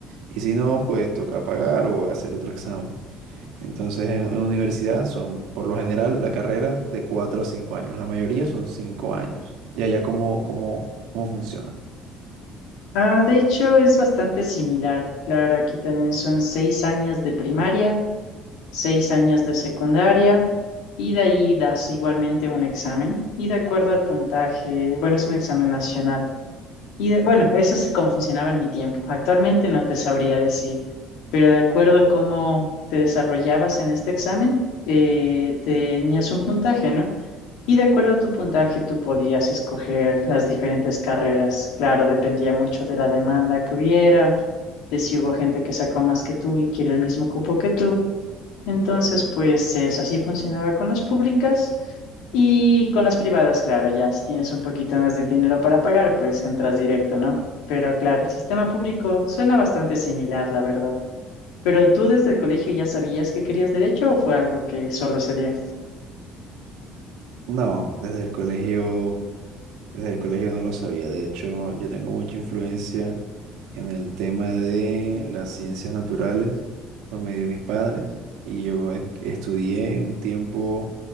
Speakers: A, on the right (about 85°); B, on the left (about 85°).
A: Y si no, pues toca pagar o hacer otro examen. Entonces, en, en universidad son, por lo general, la carrera de cuatro a cinco años. La mayoría son cinco años. ¿Y allá cómo, cómo, cómo funciona?
B: Ah, de hecho, es bastante similar. Claro, aquí también son seis años de primaria, seis años de secundaria, y de ahí das igualmente un examen. Y de acuerdo al puntaje, bueno, es un examen nacional. Y de- bueno, eso es como funcionaba en mi tiempo. Actualmente no te sabría decir, pero de acuerdo a cómo te desarrollabas en este examen, eh, tenías un puntaje, ¿no? Y de acuerdo a tu puntaje, tú podías escoger las diferentes carreras. Claro, dependía mucho de la demanda que hubiera, de si hubo gente que sacó más que tú y quiere el mismo cupo que tú. Entonces, pues eso así funcionaba con las públicas y con las privadas, claro, ya si tienes un poquito más de dinero para pagar, pues entras directo, ¿no? Pero claro, el sistema público suena bastante similar, la verdad. Pero tú desde el colegio ya sabías que querías derecho o fue algo que solo se dio?
A: No, desde el colegio Desde el colegio no lo sabía. De hecho, yo tengo mucha influencia en el tema de las ciencias naturales por medio de mis padres. Y yo e- estudié un tiempo